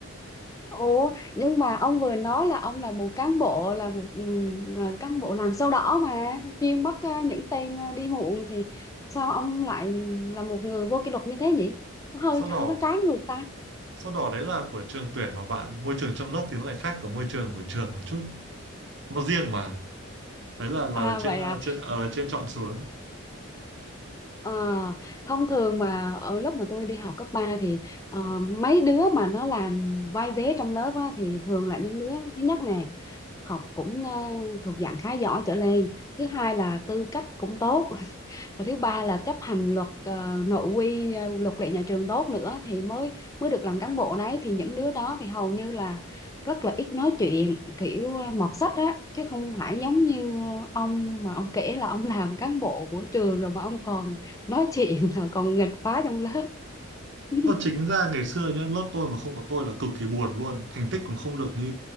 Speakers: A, on the left; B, on the right.
A: Ủa, nhưng mà ông vừa nói là ông là một cán bộ là một ừ, à, cán bộ làm sao đỏ mà chuyên bắt à, những tên à, đi muộn thì sao ông lại là một người vô kỷ luật như thế nhỉ? Hơi
B: sau đó
A: hơi có trái ngược ta.
B: sau đó đấy là của trường tuyển mà bạn môi trường trong lớp thì nó lại khác của môi trường của trường một chút nó riêng mà đấy là là
A: À
B: trên
A: vậy
B: à,
A: à.
B: trên ở trên chọn xuống
A: Ờ, thông thường mà ở lúc mà tôi đi học cấp 3 thì ờ, mấy đứa mà nó làm vai vế trong lớp á, thì thường là những đứa thứ nhất nè học cũng ờ, thuộc dạng khá giỏi trở lên thứ hai là tư cách cũng tốt và thứ ba là chấp hành luật ờ, nội quy ờ, luật lệ nhà trường tốt nữa thì mới mới được làm cán bộ đấy thì những đứa đó thì hầu như là rất là ít nói chuyện kiểu ờ, mọt sách á chứ không phải giống như ờ, ông mà ông kể là ông làm cán bộ của trường rồi mà ông còn nói chuyện <laughs> rồi còn nghịch phá trong lớp <laughs>
B: Và chính ra ngày xưa nhá lớp tôi mà không có tôi là cực kỳ buồn luôn thành tích cũng không được như